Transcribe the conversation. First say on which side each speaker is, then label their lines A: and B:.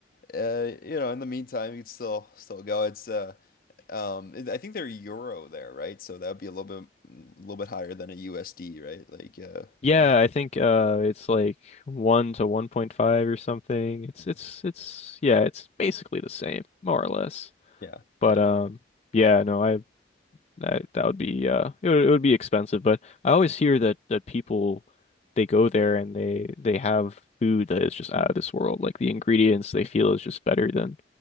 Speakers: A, on the left; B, on the left.
A: uh you know in the meantime you could still still go. It's uh um I think they're euro there, right? So that would be a little bit a little bit higher than a USD, right? Like uh,
B: Yeah,
A: uh
B: I think uh it's like 1 to 1.5 or something. It's
A: yeah
B: it's it's yeah, it's basically the same, more or less.
A: yeah
B: But
A: yeah
B: um
A: no
B: yeah, no, that that would be uh it would, it would be expensive, but I always hear that that people they go there and they they have food that is just out of this world. Like the ingredients they feel is just better than